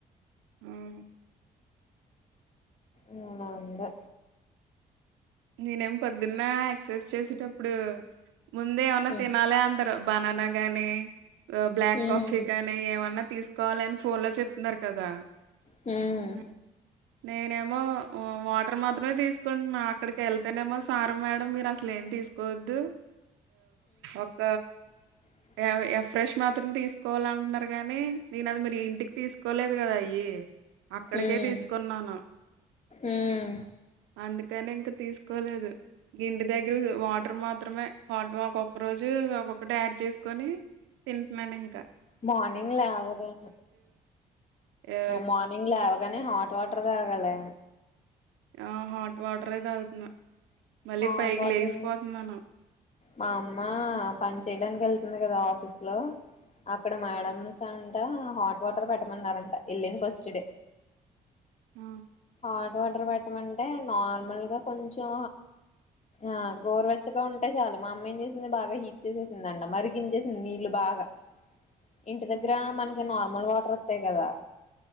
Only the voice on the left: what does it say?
నునాంగా
ఉమ్
ఉమ్
హ్మ్మ్
అ
ఉమ్
ఉమ్
మార్నింగ్ లేవగా
మార్నింగ్ లేవగ హాట్ వాటర్ దగాలి
హాట్
వాటర్
ని మా అమ్మా పని చేయడానికి ఎళ్తు ఉంది కదా ఆఫీస్ లో అక్కడ మేడస్ అ టి హాట్ వాటర్ పెట్టమన్నారంట ఎళ్ళిన ఫస్ట్ డే
హాట్ వాటర్ పెట్టమంటే నార్మల్ గా కొంచెం ఆ గోరువెచ్చగా ఉంటే చాలు మా అమ్మయి ఏం చేసింది బాగా హీట్ చేసేసింది మరిగించేసింది నీళ్లు బాగా ఇంటి దగ్గర
మనకి నార్మల్ వాటర్ వస్తాయి గదా